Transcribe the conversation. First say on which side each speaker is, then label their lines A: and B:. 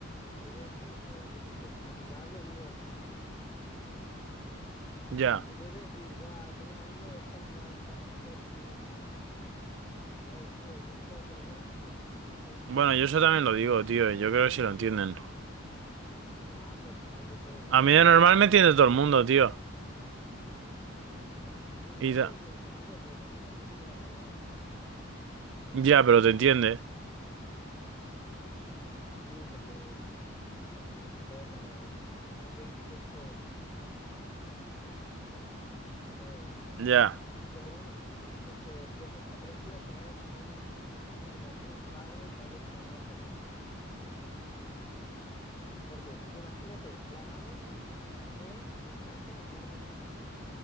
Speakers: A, on the left; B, on the right.
A: en vez de decir, eh, yo qué sé, amigable, digo chilling.
B: Ya.
A: En vez de decir, buah, tengo un amigo, es todo amigable, no, todo chill, ¿sabes, tío? Y es como que luego la gente no me entiende.
B: Bueno, yo eso también lo digo, tío. y Yo creo que sí lo entienden.
A: Ya, pero yo qué sé, tal
B: A
A: vez
B: mí de
A: el,
B: normal
A: el
B: me
A: papi
B: entiende
A: se
B: todo
A: queda
B: el mundo,
A: rayado.
B: tío.
A: No, a mí
B: Y
A: también
B: da-
A: me entiende todo el mundo, pero como el papi se queda rayado,
B: Ya, pero te entiende.
A: por ejemplo. Sí, pero le, como que se queda como, como que, que es chel. ¿sabes?
B: Ya,
A: Lo bueno es que poco se aprecia tener uno, un mínimo un padre que hable español decente. Porque imagínate, la mami que le encanta dar vergüenza ajena,